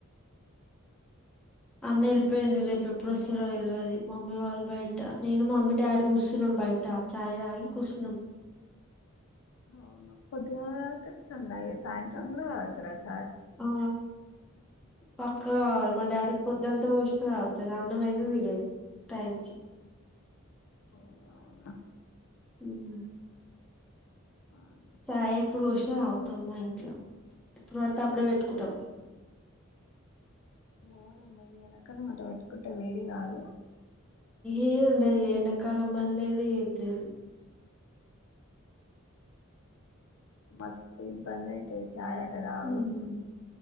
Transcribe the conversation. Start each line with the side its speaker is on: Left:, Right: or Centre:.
Centre: అన్న వెళ్ళిపోయిడి రేపు ఎప్పుడు వస్తాడో తెలివదు మమ్మీ వాళ్ళు బయట నేను మా మమ్మీ డాడీ ఉసినం బయట చాయ్ తాగి కుష్ణం
Left: అవున పొందుగల తగుతార్ సాయంత్రం కూడా తాగుతార
Centre: ఆ, పక్క మా డాడీకి పొద్దత ఎత్త పోషణం రాతడు అన్నంమయితే తినడు టైంకి
Left: ఓ అవున
Centre: ఉమ్
Left: బానే.
Centre: చ ఎప్పుడు పోసిన అవుతాం మా ఇంట్లో ఎప్పుడు వర తప్పుడే పెట్టుకుంటాం
Left: ఓయ్ అమ్మా ఎండ కాలం ఆట పెట్టుకుంటే వేడి కాదు
Centre: ఏది ఉండదు ఎండకాలం అని లేదు ఏం లేదు
Left: మస్తు ఇబ్బంది అయితే చాయ్ అట తగోద్ధు
Centre: ఉమ్.